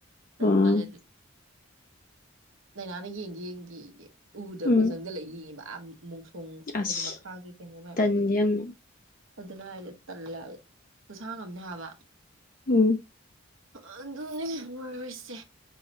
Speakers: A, on the right (about 75°); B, on the left (about 40°).
A: ꯆꯟ
B: ꯎꯝ
A: ꯃꯥꯜꯂꯦ ꯑꯗꯨ ꯅꯅꯥꯅꯦ ꯌꯦ ꯌꯦꯡ ꯌꯦ ꯌꯦꯡ ꯌꯦ ꯎꯗꯕꯗꯣ
B: ꯎꯝ
A: ꯆꯪꯜꯂꯒ ꯌꯦꯡꯉꯤꯕ ꯑ ꯃꯣꯡꯁꯣꯡ
B: ꯑꯁ
A: ꯍꯥꯏꯗꯤ ꯃꯈꯥꯒꯤ ꯀꯩꯅꯣ ꯃꯌꯥꯝꯗꯨꯗ
B: ꯇꯟꯗꯤ ꯌꯥꯝꯅ
A: ꯑꯗꯨꯅ ꯍꯥꯏꯗꯤꯦ ꯇꯜꯂꯦ ꯈꯨꯁꯥꯡꯉꯝꯅꯤ ꯍꯥꯏꯕ
B: ꯎꯝ
A: ꯑ ꯑꯗꯨꯅꯤ ꯁꯦ